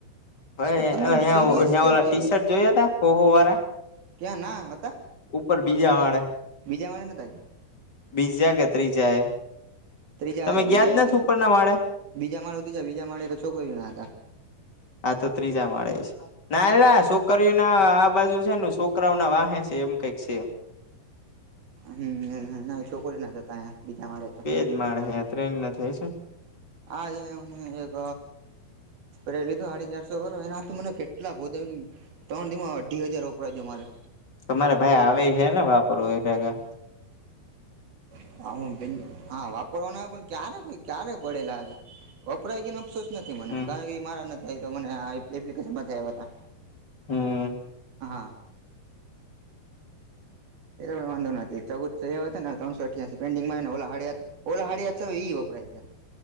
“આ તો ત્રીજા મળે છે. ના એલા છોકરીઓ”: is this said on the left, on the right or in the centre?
Left